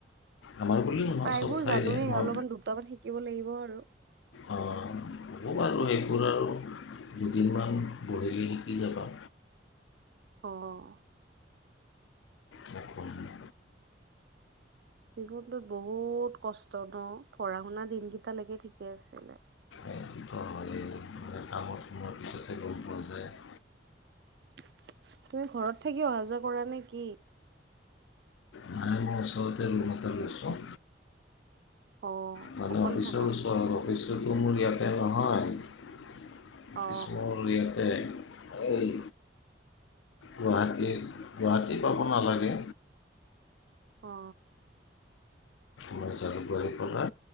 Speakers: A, on the left (about 90°); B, on the right (about 60°).
A: আমাৰ বুলি নহয়
B: প্ৰায়বোৰ
A: চব ঠাইৰে
B: জানোয়ে
A: মই
B: অলপমান দুটামান শিকিব লাগিব আৰু।
A: অহ হব বাৰু সেইবোৰ আৰু দুদিনমান বহিলে শিকি যাবা।
B: অহ
A: নে কোন হয়
B: জীৱনটোত বহুত কষ্ট ন? পঢ়া শুনা দিনকেইটালেকে ঠিকে আছিলে।
A: স যে কামত সোমোৱাৰ পিছতহে গম পোৱা যায়।
B: তুমি ঘৰত থাকি অহা যোৱা কৰা নে কি?
A: নাই মই ওপৰতে ৰুম এটা লৈছো।
B: অ
A: মানে
B: অকলে
A: অফিচৰ
B: থাকা
A: ওচৰত অফিচটোতো মোৰ ইয়াতে নহয়।
B: অ
A: ইছমল ইয়াতে এই গুৱাহাটী, গুৱাহাটী পাব নালাগে।
B: অ
A: মই জালুকবাৰীৰ পৰা